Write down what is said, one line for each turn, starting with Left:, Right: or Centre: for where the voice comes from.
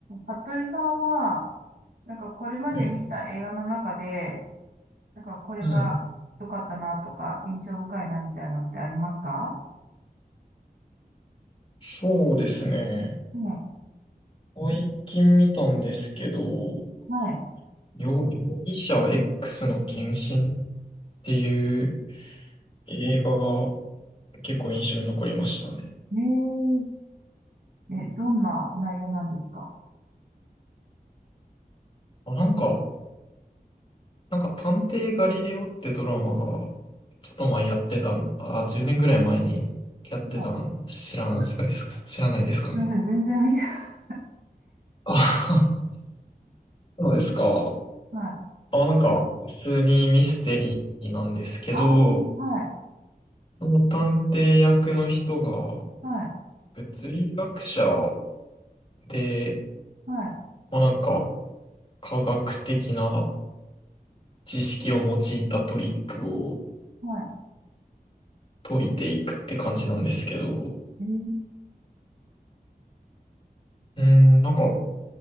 Right: 服部さんは、なんかこれまで見た映画の中で、
Left: え、
Right: なんかこれが良かったなとか、
Left: うん。
Right: 印象深いなみたいなのってありますか
Left: そうですね。
Right: ね、
Left: 最近見たんですけど、
Right: はい。
Left: 容、容疑者 X の献身っていう映画が結構印象に残りましたね。
Right: えー、え、どんな内容なんですか
Left: あ、なんか、なんか探偵ガリレオってドラマがちょっと前やってたん、あ、10年ぐらい前にやってたん知らないですか、
Right: はい。
Left: 知らないですかね。
Right: すいません、全然見てない。
Left: あ、<laughs> そうですか。
Right: はい。
Left: あ、なんか普通にミステリーなんですけど、
Right: ああ、はい、
Left: その探偵役の人が
Right: はい、
Left: 物理学者で、
Right: はい、
Left: まあなんか科学的な知識を用いたトリックを
Right: は
Left: 解いていくって感じなんですけど、
Right: い。えー、
Left: うーん、なんか、